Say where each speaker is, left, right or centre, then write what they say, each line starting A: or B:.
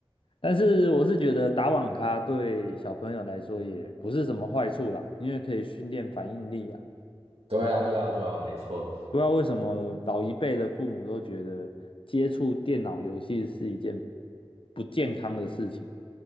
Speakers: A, on the left; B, on the right.
A: 但是我是觉得打网咖对小朋友来说也不是什么坏处啦，因为可以训练反应力啊。
B: 对啊，
A: 对
B: 对啊，对啊，没错。
A: 不知道为什么老一辈的父母都觉得接触电脑游戏是一件不健康的事情。